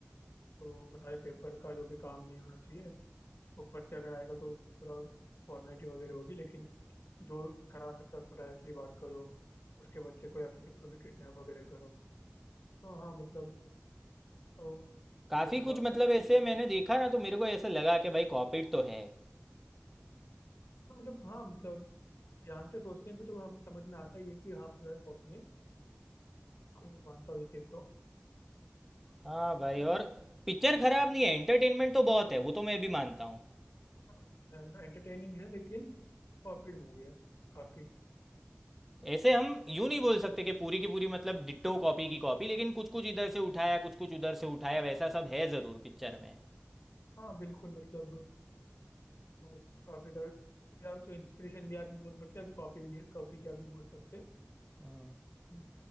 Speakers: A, on the left; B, in the centre.
A: तो वो सारे पेपर का जो भी काम नहीं होना चाहिए ऊपर से अगर आएगा तो पूरा फॉर्मेलिटी वगैरह होगी लेकिन जो करा सकता है उसको डायरेक्टली बात करो उसके बच्चे को या फिर किसी को भी किडनैप वगैरह करो तो हाँ मतलब तो
B: काफ़ी
A: वो तो
B: कुछ
A: बात
B: मतलब
A: है
B: ऐसे मैंने देखा ना तो मेरे को ऐसे लगा कि भाई कॉपीड तो है
A: हाँ मतलब हाँ मतलब ध्यान से सोचने पे तो हम समझ में आता ही है कि हाँ पूरा एक कॉपी है बिल्कुल मैं मानता हूँ ये चीज़ तो
B: हाँ भाई
A: क्या कर
B: और
A: सकते हैं
B: पिक्चर खराब नहीं है एंटरटेनमेंट तो बहुत है वो तो मैं भी मानता हूँ
A: हाँ वो तो है ना एंटरटेनिंग है लेकिन कॉपीड मूवी है काफी
B: ऐसे हम यूं नहीं बोल सकते कि पूरी की पूरी मतलब डिट्टो कॉपी की कॉपी लेकिन कुछ कुछ इधर से उठाया कुछ कुछ उधर से उठाया वैसा सब है ज़रूर पिक्चर में
A: हाँ बिल्कुल मतलब वो काफी तरह या तो इंस्पिरेशन लिया भी बोल सकते हैं कॉपी भी लिया कॉपी किया भी बोल सकते हैं
B: हम्म,
A: हम्म।